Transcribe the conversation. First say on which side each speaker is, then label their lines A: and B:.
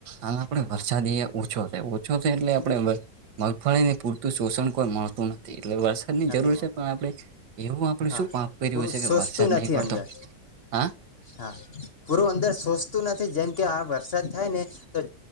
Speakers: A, on the right; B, on the left.
A: આપણે
B: હા,
A: વરસાદી અહીયા ઓછો થાય ઓછો થાય એટલે આપણેે મગફળી ને પૂરતું શોષણ કો મળ. શ નથી એટલેસ. વ ની
B: નથી
A: જરૂર
B: મળતું
A: છે પણ આપણે એવું આપણે
B: હા
A: શું પાપ કર્યું
B: પૂરું
A: છે કે
B: સોચતું
A: વરસાદ નહીં
B: નથી
A: પડતો.
B: અંદર
A: હા.
B: હા પૂરું અંદર સોચતું નથી જેમ કે આ વરસાદ થાય ને. તો